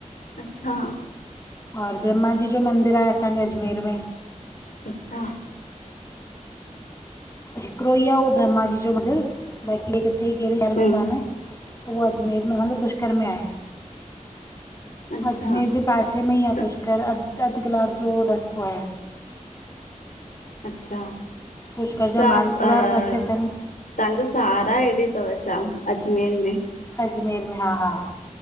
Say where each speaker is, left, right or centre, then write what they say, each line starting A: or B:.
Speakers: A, on the left; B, on the left.
A: अच्छा
B: और ब्रह्माजी जो मंदिर आहे, असांजे अजमेर में।
A: अच्छा।
B: हिकिड़ो ई आहे उहो ब्रह्मा जी जो मंदिरु, बाक़ी ॿिए किथे कहिड़े शहर
A: हम
B: में कान्हे। पोइ उहो अजमेर में मतिलबु पुष्कर में आहे,
A: अच्छा
B: अजमेर जे पासे में ई आ
A: त
B: पुष्कर, अधु कलाकु जो रस्तो आहे।
A: अच्छा
B: पुष्कर जा
A: तव्हां
B: मालपुड़ा
A: अ
B: प्रसिद्ध आहिनि।
A: तव्हांजो सहारा हेॾे तव छा अजमेर में।
B: अजमेर में हा हा हा।